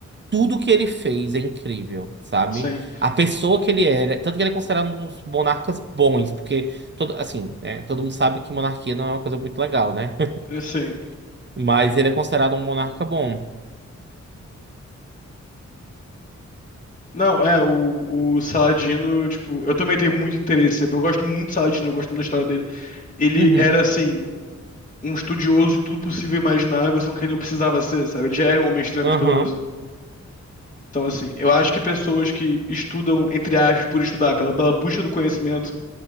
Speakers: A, on the right; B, on the left.
A: Tudo que ele fez é incrível, sabe?
B: Sim,
A: A pessoa que ele era, tanto que ele é considerado um dos monarcas bons, porque todo, assim, né, todo mundo sabe que monarquia não é uma coisa muito legal, né?
B: sim.
A: <laughs> Mas ele é considerado um monarca bom.
B: Não, é, o, o Saladino, tipo, eu também tenho muito interesse, eu gosto muito de Saladino, eu gosto muito da história dele. Ele
A: Uhum,
B: era, assim, um estudioso de tudo possível e imaginável, só que ele não precisava ser, sabe? Ele já era um homem extremamente
A: aham.
B: poderoso. Então, assim, eu acho que pessoas que estudam, entre aspas, por estudar, pela, pela busca do conhecimento,